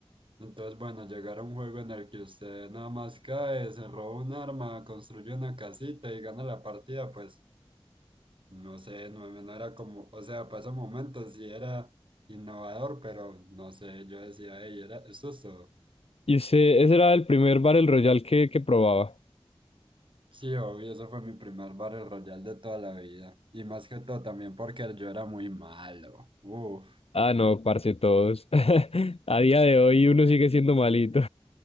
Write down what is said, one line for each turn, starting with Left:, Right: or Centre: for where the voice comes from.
Right: Entonces, bueno, llegar a un juego en el que usted nada más cae, se roba un arma, construye una casita y gana la partida, pues no sé, no, no era como, o sea, para ese momento sí era innovador, pero no sé, yo decía, hey, era, eso es todo.
Left: Y usted, ese era el primer Battle Royale que, que probaba.
Right: Sí, obvio, eso fue mi primer Battle Royale de toda la vida. Y más que todo también porque yo era muy malo. Uf.
Left: Ah, no, parce, todos. <laughs> A día de hoy uno sigue siendo malito.